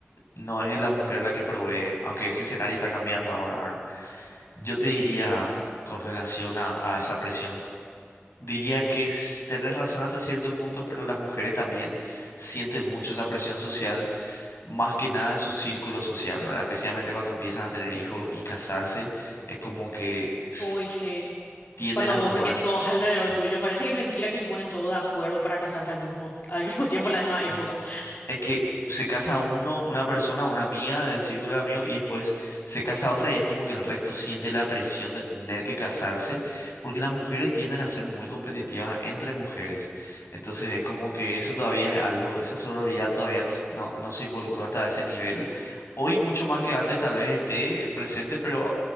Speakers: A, on the left; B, on the left.
A: no es la mujer la que provee, aunque ese escenario está cambiando ahora, ¿verdad? Yo
B: Sí.
A: te diría con relación a, a esa presión. Diría que es, tenés razón hasta cierto punto, pero las mujeres también sienten mucho esa presión social, más que nada de su círculo social, ¿verdad? Especialmente cuando empiezan a tener hijos y casarse, es como que s-
B: Uy, sí.
A: tienden
B: Cuando
A: a
B: vos
A: tomar.
B: ves que todos alrededor
A: Sí.
B: tuyo, parece que es mentira que se ponen todos de acuerdo para casarse al mismo, al mismo <laughs> tiempo, en la misma
A: Sí.
B: época.
A: Es que se casa uno, una persona, una amiga del círculo de amigos, y después se casa otra, y es como que el resto siente la presión de tener que casarse, porque las mujeres tienden a ser muy competitivas entre mujeres. Entonces es como que eso todavía es algo, esa sororidad todavía no, s- no, no se involucró hasta ese nivel. Hoy mucho más que antes tal vez esté presente, pero